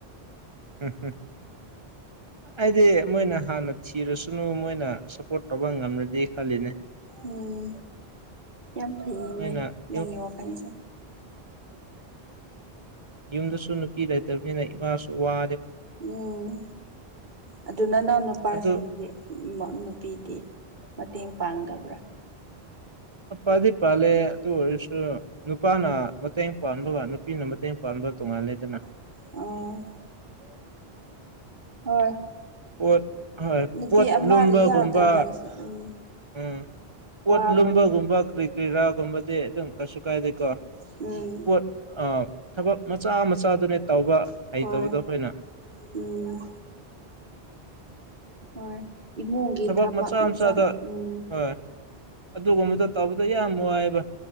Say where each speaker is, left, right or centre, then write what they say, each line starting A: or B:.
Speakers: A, on the right; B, on the right.
A: ꯎꯝꯝ ꯍꯥꯏꯗꯤ ꯃꯣꯏꯅ ꯍꯥꯟꯅ ꯊꯤꯔꯁꯨꯅꯨ ꯃꯣꯏꯅ ꯄꯣꯠꯠꯇꯣꯕ ꯉꯝꯅꯗꯤ ꯈꯂꯤꯅꯦ
B: ꯎꯝ ꯌꯥꯝ ꯐꯩꯅꯦ
A: ꯅꯣꯏꯅ
B: ꯅꯪ
A: ꯌꯨꯝ
B: ꯌꯦꯡ ꯋꯥꯀꯅꯤꯁꯦ
A: ꯌꯨꯝꯗꯁꯨ ꯅꯨꯄꯤ ꯂꯩꯇꯕꯅꯤꯅ ꯏꯃꯥꯁꯨ ꯋꯥ
B: ꯎꯝ ꯑꯗꯨ ꯅ ꯅꯎ ꯅꯨꯄꯥꯁꯤꯡꯗꯤ
A: ꯑꯗꯨ
B: ꯅꯨꯄꯤꯗꯤ ꯃꯇꯦꯡ ꯄꯥꯡꯗꯕ꯭ꯔꯥ
A: ꯅꯨꯄꯥꯗꯤ ꯄꯥꯜꯂꯦ ꯑꯗꯨ ꯑꯣꯏꯔꯁꯨ ꯅꯨꯄꯥꯅ ꯃꯇꯦꯡ ꯄꯒ ꯅꯨꯄꯤꯅ ꯃꯇꯦꯡ ꯄ ꯇꯨꯡꯉꯥꯟꯂꯦꯗꯅ
B: ꯑꯣ ꯍꯣꯏ
A: ꯄꯣꯠ ꯍꯣꯏ
B: ꯅꯨꯄꯤ
A: ꯄꯣꯠ
B: ꯑꯃ
A: ꯂꯨꯝꯕꯒꯨꯝꯕ
B: ꯌꯥꯎꯗꯕ ꯍꯥꯏꯁꯦ ꯎꯝ
A: ꯎꯝ ꯄꯣꯠ
B: ꯋꯥꯕꯅꯦ
A: ꯂꯨꯝꯕꯒꯨꯝꯕ ꯀꯔꯤ ꯀꯔꯤꯔꯥꯒꯨꯝꯕꯗꯤ ꯑꯗꯨꯝ ꯀꯩꯁꯨ ꯀꯥꯏꯗꯦꯀꯣ
B: ꯎꯝ
A: ꯄꯣꯠ ꯊꯕꯛ ꯃꯆꯥ ꯃꯆꯥꯗꯨꯅꯦ ꯇꯧꯕ ꯍꯩꯇꯕꯗꯣ
B: ꯍꯣꯏ
A: ꯑꯩꯈꯣꯏꯅ
B: ꯎꯝ ꯍꯣꯏ ꯏꯃꯨꯡꯒꯤ
A: ꯊꯕꯛ ꯃꯆꯥ
B: ꯏꯟꯖꯥꯡ
A: ꯃꯆꯥꯗ
B: ꯎꯝ
A: ꯍꯣꯏ ꯑꯗꯨꯒꯨꯝꯕꯗꯣ ꯇꯧꯕꯗ ꯌꯥꯝ ꯅꯨꯡꯉꯥꯏꯕ